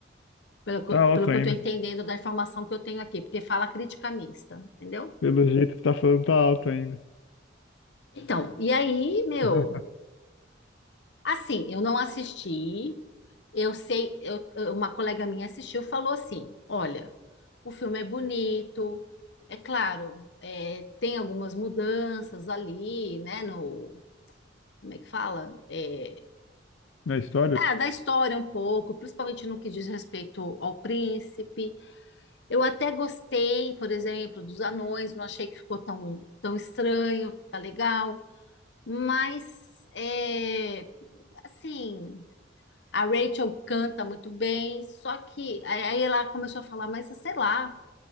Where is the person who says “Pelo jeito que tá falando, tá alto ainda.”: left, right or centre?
Left